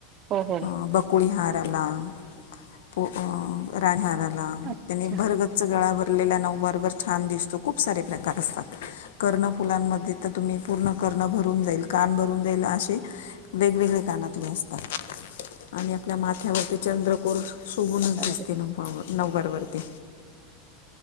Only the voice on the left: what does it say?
अ बकुळी हार पोहे आला पो राज हार <unintelligible>
त्याने भरगच्च गळा भरलेल्या नववार वर छान दिस खूप सारे प्रकार असतात, कर्ण फुलांमध्ये त तुम्ही पूर्ण कर्ण भ रून जाईल, कान भरून जाईल, असे वेगवेगळे कानातले असतात. आणि आपल्या माथ्यावरती चंद्रकोर. शोभूनच
दिसते नवावर नववार वरती.